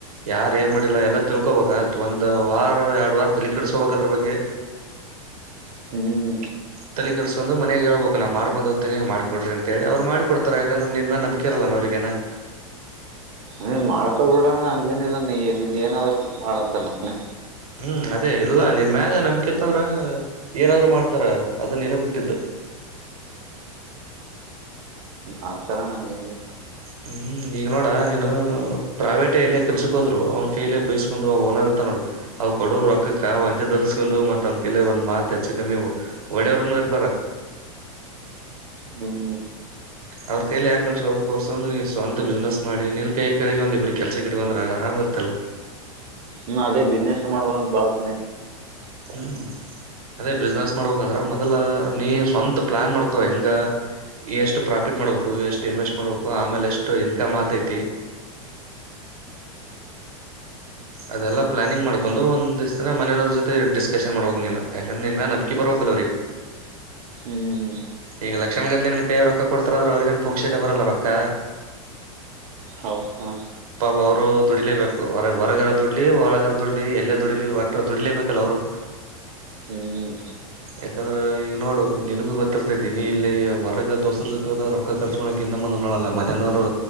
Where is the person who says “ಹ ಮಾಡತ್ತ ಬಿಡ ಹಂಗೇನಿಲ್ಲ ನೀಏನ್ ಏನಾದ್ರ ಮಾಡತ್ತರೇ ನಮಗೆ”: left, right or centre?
Right